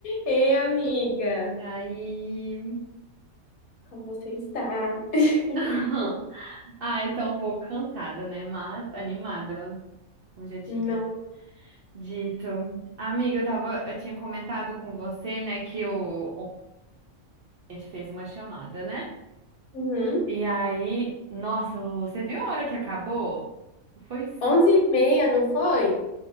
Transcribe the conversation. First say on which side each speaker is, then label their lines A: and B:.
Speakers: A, on the left; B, on the right.
A: Ei, amiga,
B: Aí.
A: como você está? <laughs>
B: <laughs> Ah, estou um pouco cansada, né? Mas animada, como já tinha
A: Não.
B: dito. Amiga, eu tava, eu tinha comentado com você, né, que o, ontem a gente fez uma chamada, né?
A: Uhum.
B: E aí, nossa, você viu a hora que acabou? Foi
A: 11h30, não foi?